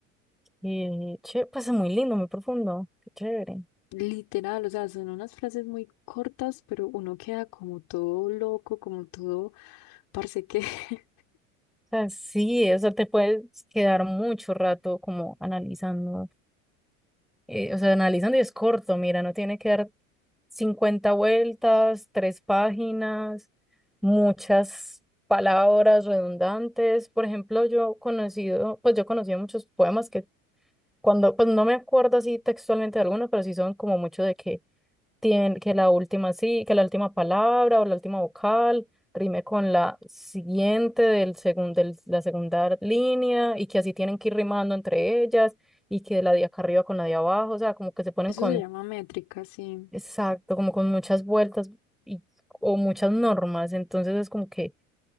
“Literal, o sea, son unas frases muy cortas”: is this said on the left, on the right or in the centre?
Left